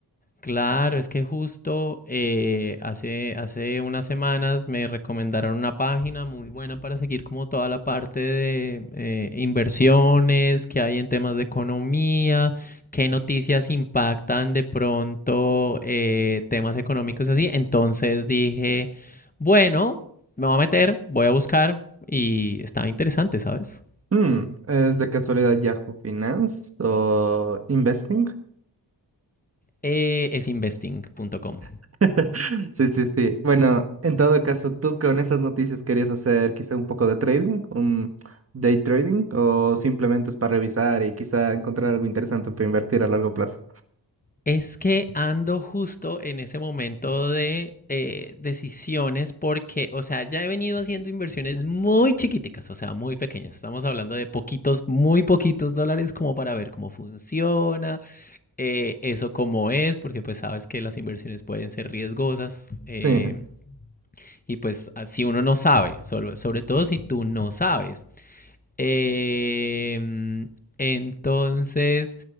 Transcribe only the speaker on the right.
Hmm, ¿es de casualidad Yahoo Finance o Investing?
<laughs> Sí, sí, sí. Bueno, en todo caso, ¿tú con estas noticias querías hacer quizá un poco de trading, un day trading, o simplemente es para revisar y quizá encontrar algo interesante para invertir a largo plazo?
Sí.